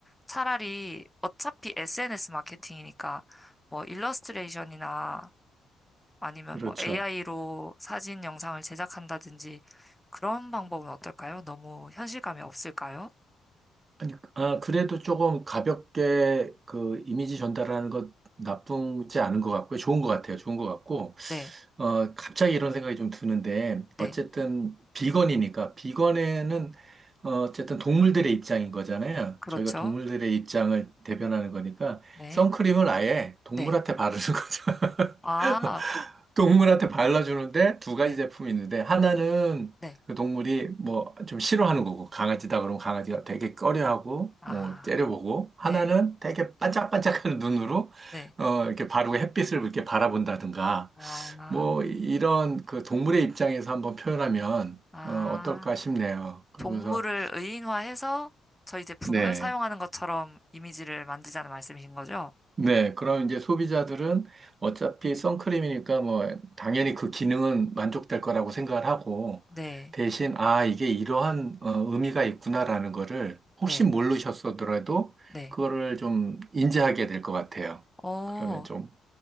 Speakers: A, in the centre; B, on the right.
A: 차라리 어차피 SNS 마케팅이니까 뭐 일러스트레이션이나 아니면
B: 그렇죠.
A: 뭐 AI로 사진 영상을 제작한다든지 그런 방법은 어떨까요? 너무 현실감이 없을까요?
B: 아니, 아, 그래도 조금 가볍게 그 이미지 전달하는 것 나쁘지 않은 것 같고요. 좋은 것 같아요. 좋은 것 같고,
A: 네,
B: 어, 갑자기 이런 생각이 좀 드는데,
A: 네,
B: 어쨌든 비건이니까, 비건에는 어, 어쨌든 동물들의 입장인 거잖아요.
A: 그렇죠.
B: 저희가 동물들의 입장을 대변하는 거니까,
A: 네,
B: 선크림을 아예 동물한테
A: 네.
B: 바르는 거죠.
A: 아,
B: <laughs> 동물한테 발라주는데 두 가지
A: 네,
B: 제품이 있는데 하나는
A: 네.
B: 그 동물이 뭐 좀 싫어하는 거고 강아지다 그러면 강아지가 되게 꺼려하고
A: 아,
B: 어, 째려보고 하나는
A: 네.
B: 되게 반짝반짝하는 눈으로
A: 네.
B: 어, 이렇게 바르고 햇빛을 이렇게 바라본다든가
A: 아,
B: 뭐 이런 그 동물의 입장에서 한번 표현하면
A: 아,
B: 어, 어떨까 싶네요. 그러면서
A: 동물을 의인화해서 저희 제품을
B: 네.
A: 사용하는 것처럼 이미지를 만들자는 말씀이신 거죠?
B: 네, 그럼 이제 소비자들은 어차피 선크림이니까 뭐 당연히 그 기능은 만족될 거라고 생각을 하고
A: 네,
B: 대신 아, 이게 이러한 어, 의미가 있구나라는 거를
A: 네,
B: 혹시 모르셨어더라도
A: 네.
B: 그거를 좀 인지하게 될 것 같아요.
A: 어,
B: 그러면 좀,